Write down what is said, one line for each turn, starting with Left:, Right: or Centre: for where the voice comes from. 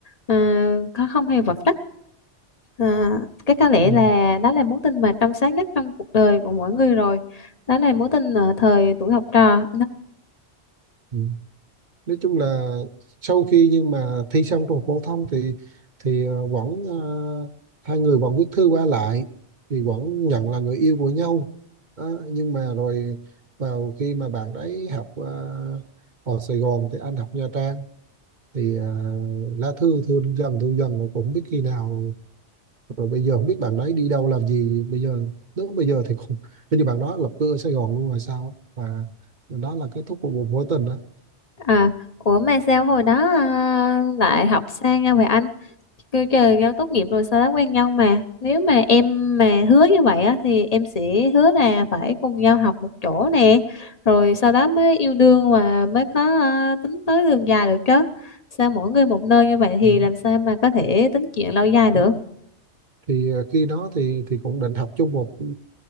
Left: à, có không hề vật chất à, cái có lẽ
Right: ừ.
Left: là đó là mối tình mà trong sáng nhất trong cuộc đời của mỗi người rồi đó là mối tình ở thời tuổi học trò
Right: Ừ. nói chung là sau khi nhưng mà thi xong trung học phổ thông thì thì ờ, vẫn ờ, hai người vẫn viết thư qua lại thì vẫn nhận là người yêu của nhau Đó, nhưng mà rồi vào khi mà bạn ấy học ờ, ở Sài Gòn thì anh học Nha Trang thì ờ, lá thư thư dần thư dần mà cũng không biết khi nào rồi bây giờ không biết bạn đấy đi đâu làm gì bây giờ nếu bây giờ thì cũng hình như bạn đó lập cư ở Sài Gòn luôn rồi sao á. và đó là kết thúc của một mối tình đó
Left: À, ủa mà sao hồi đó à, lại học xa nhau vậy anh? Kêu trời nhau tốt nghiệp rồi sao đã quen nhau mà. Nếu mà em mà hứa như vậy á thì em sẽ hứa là phải cùng nhau học một chỗ nè. Rồi sau đó mới yêu đương và mới có à, tính tới đường dài được chứ. Sao mỗi người một nơi như vậy thì
Right: ừ.
Left: làm sao mà có thể tính chuyện lâu dài được?
Right: ừ, thì ờ, khi đó thì thì cũng định học chung một ừ,